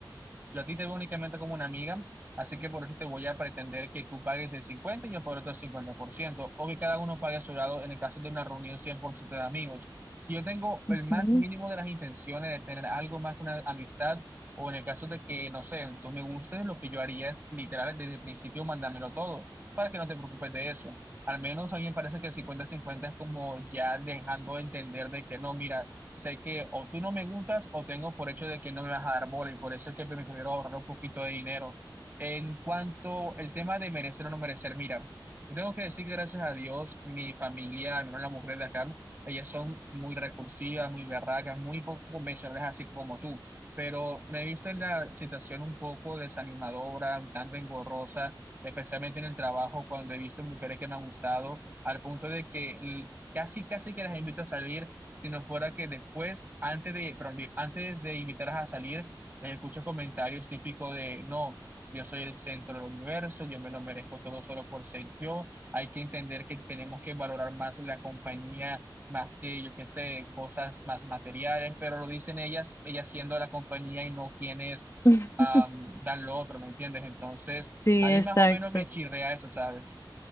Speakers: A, on the right; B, on the left.
A: yo a ti te veo únicamente como una amiga, así que por eso te voy a pretender que tú pagues el 50 y yo por otro 50%, o que cada uno pague a su lado en el caso de una reunión 100% de amigos. Si yo tengo el
B: Ujú.
A: más mínimo de las intenciones de tener algo más que una amistad, o en el caso de que, no sé, tú me gustes, lo que yo haría es literal desde el principio mandármelo todo, para que no te preocupes de eso. Al menos a mí me parece que el cincuenta 50 es como ya dejando entender de que no, mira sé que o tú no me gustas o tengo por hecho de que no me vas a dar bola y por eso es que me prefiero ahorrar un poquito de dinero. En cuanto al tema de merecer o no merecer, mira, yo tengo que decir que gracias a Dios, mi familia, mi la mujer de acá, ellas son muy recursivas, muy berracas, muy poco convencionales, así como tú. Pero me he visto en la situación un poco desanimadora, un tanto engorrosa, especialmente en el trabajo, cuando he visto mujeres que me han gustado, al punto de que l- casi, casi que las invito a salir si no fuera que después, antes de, perdón, de- antes de invitarlas a salir, les escucho comentarios típicos de, no, yo soy el centro del universo, yo me lo merezco todo solo por ser yo, hay que entender que tenemos que valorar más la compañía, más que, yo qué sé, cosas más materiales, pero lo dicen ellas, ellas siendo la compañía y no quienes
B: <laughs>
A: am, dan lo otro, ¿me entiendes? Entonces,
B: Sí,
A: a mí
B: exacto.
A: más o menos me chirrea eso, ¿sabes?